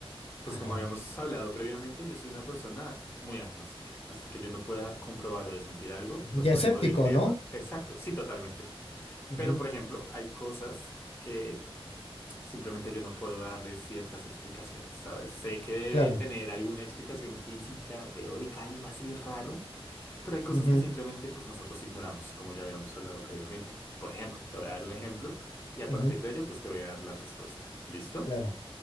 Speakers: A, on the left (about 20°); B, on the left (about 75°).
A: pues
B: Ajá.
A: como habíamos hablado previamente, yo soy una persona muy agnóstica. Hasta que yo no pueda comprobar o desmentir algo,
B: Y
A: pues
B: escéptico,
A: no dejo de creerlo.
B: ¿no?
A: Exacto, sí, totalmente.
B: Ujú,
A: Pero, por ejemplo, hay cosas que simplemente yo no puedo darle ciertas explicaciones, ¿sabes? Sé que debe
B: Claro.
A: tener alguna explicación física, teórica, algo así raro. Pero hay cosas
B: Ujú,
A: que simplemente pues nosotros ignoramos, como ya habíamos hablado previamente. Por ejemplo, te voy a dar un ejemplo y a
B: ujú,
A: partir de ello pues te voy a dar la respuesta. ¿Listo?
B: Claro,